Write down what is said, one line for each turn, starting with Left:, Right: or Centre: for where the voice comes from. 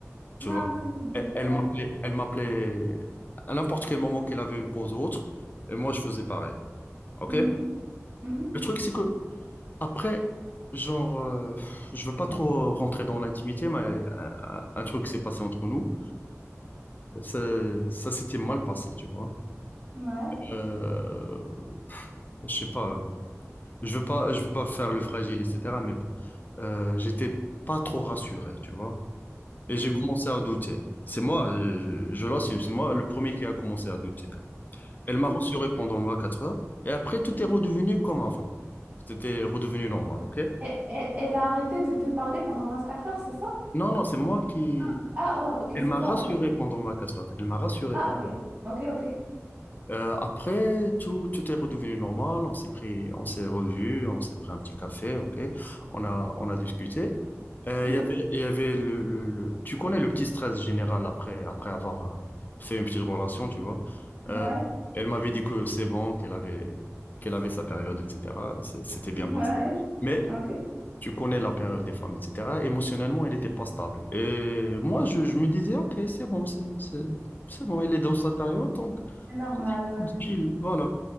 Left: Tu
Right: mhm.
Left: vois,
Right: Ah, c'est mignon.
Left: elle elle
Right: Ouais.
Left: m'appelait, elle m'appelait à n'importe quel moment qu'elle avait une pause ou autre, et moi je faisais pareil. OK?
Right: Mhm, mhm,
Left: Le truc, c'est que après, genre, euh, je veux pas trop rentrer dans l'intimité, mais un, un- un truc s'est passé entre nous. Euh, Ça, ça s'était mal passé, tu vois.
Right: mhm. Ouais.
Left: Euh, je sais pas, je veux pas, je veux pas faire le fragile, etc. Mais bon, euh, j'étais pas trop rassuré, tu vois. Et j'ai
Right: Mhm,
Left: commencé à douter. C'est moi, euh, je, je l'assume, c'est moi le premier qui a commencé à douter. Elle
Right: mhm.
Left: m'a rassuré pendant 24 heures. Et après, tout est redevenu comme avant. C'était redevenu normal, ok?
Right: Et- et- Elle, a arrêté de te parler pendant 24 heures, c'est ça?
Left: Non, non, c'est moi qui...
Right: Ah, ah oh, ok,
Left: Elle
Right: c'est
Left: m'a
Right: toi,
Left: rassuré
Right: ok.
Left: pendant 24 heures. Elle m'a rassuré
Right: Ah,
Left: pendant...
Right: ok. Ok, ok.
Left: Euh, après, tout, tout est redevenu normal. On s'est pris, on s'est revus, on s'est pris un petit café, ok. On a, on a discuté. Euh,
Right: Mhm.
Left: Il y avait, il y avait le, le- le- tu connais le petit stress général après, après avoir euh, fait une petite relation, tu vois. Euh,
Right: Ouais.
Left: elle m'avait dit que c'est bon, qu'elle avait, qu'elle avait sa période, etc. C'est- C'était bien
Right: <laughs>
Left: passé.
Right: Ouais,
Left: Mais
Right: ok.
Left: tu connais la période des femmes, etc. Émotionnellement, elle n'était pas stable. Et moi, je, je me disais, ok, c'est bon, c'est c'est- c'est bon, elle est dans sa période, donc
Right: C'est normal, ouais.
Left: cool, chill, voilà.